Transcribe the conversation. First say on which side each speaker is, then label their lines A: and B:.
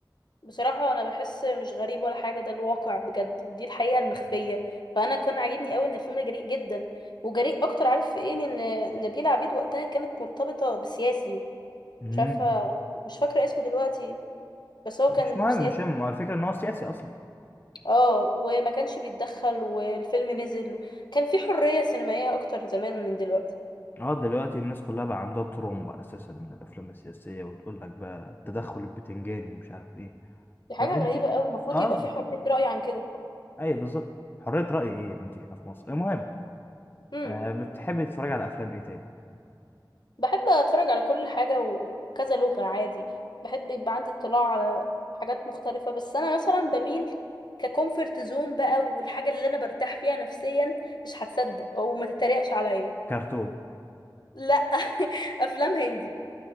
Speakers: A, on the left; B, on the left.
A: بصراحه انا بحس مش غريب ولا حاجه ده الواقع بجد ودي الحقيقه المخفيه فانا كان عاجبني قوي ان الفيلم جريء جدا وجريء اكتر عارف في ايه لان نبيلة عبيد وقتها كانت مرتبطه بسياسي
B: امم
A: مش عارفه مش فاكره اسمه دلوقتي بس هو
B: مش
A: كان
B: مهم
A: سياسي
B: مش مهم هو الفكرة ان هو سياسي اصلا
A: اه وما كانش بيتدخل والفيلم نزل كان في حريه سينمائيه اكتر زمان من دلوقتي
B: اه دلوقتي الناس كلها بقى عندها ترومبا اساسا من الافلام السياسيه وتقول لك بقى التدخل البتنجاني ومش عارف ايه
A: دي حاجة
B: طب انت
A: غريبة قوي المفروض
B: اه
A: يبقى في حرية رأي عن كده
B: ايوه بالظبط حريه راي ايه يا بنتي احنا في مصر المهم
A: امم
B: آه بتحبي تتفرجي على افلام ايه تاني
A: بحب اتفرج على كل حاجة وكذا لغة عادي بحب يبقى عندي اطلاع على حاجات مختلفة بس انا مثلا بميل ككومفورت زون بقى والحاجة اللي انا برتاح فيها نفسيا مش هتصدق او ما تتريقش عليا
B: كرتون
A: لا <laughs> افلام هندي